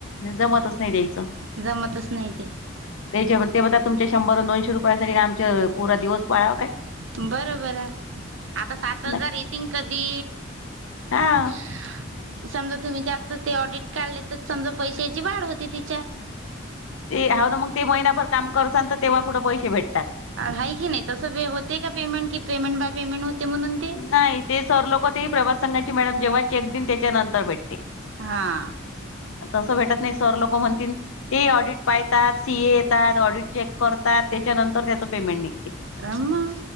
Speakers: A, on the left; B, on the right.
A: जमतच नाही द्यायचं.
B: जमतच नाही ते.
A: त्याच्या ते म्हणतात तुमच्या शंभर आणि दोनशे रुपयासाठी काय आमचे पुरा दिवस पळावा काय.
B: बरोबर आहे. आता सात हजार
A: नाही
B: येतीन कधी?
A: हा
B: <unintelligible> समजा तुम्ही जास्तच ऑडिट काढले तर समजा पैशाची वाढ होती तिच्या.
A: ते हाव ना मग, ते महिनाभर काम करसाल तर तेव्हा कुठं पैसे भेटतात.
B: आहे की नाही तसं होते का पेमेंट की पेमेंट बाय पेमेंट होते म्हणून ते
A: नाही ते सर लोक होते प्रभास संघाची मॅडम जेव्हा चेक दिन त्याच्यानंतर भेटते.
B: हा
A: तस भेटत नाही. सर लोक म्हणतील ते ऑडिट पाहतात, सी ए येतात, ऑडिट चेक करतात, त्याच्यानंतर त्याच पेमेंट निघते.
B: राहुना.